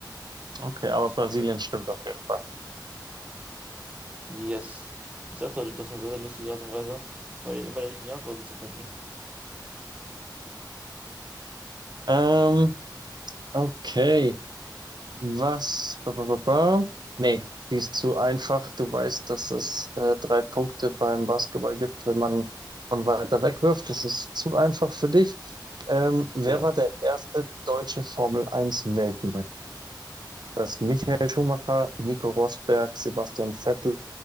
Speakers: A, on the right; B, on the right.
A: okay, aber
B: Das ist
A: Brasilien
B: gut möglich.
A: stimmt auf jeden Fall.
B: Yes. Ich sagte, du hast eine sehr, sehr lustige Art und Weise, meine- immer die richtigen Antworten zu finden.
A: Ähm, okay. Was? Ba, ba, ba, ba. Nee, die ist zu einfach. Du weißt, dass es äh, drei Punkte beim Basketball gibt, wenn man von weiter weg wirft. Das ist zu einfach für dich. Ähm, wer
B: Ja.
A: war der erste deutsche Formel Eins Weltmeister? Das ist Michael Schumacher, Nico Rosberg, Sebastian Vettel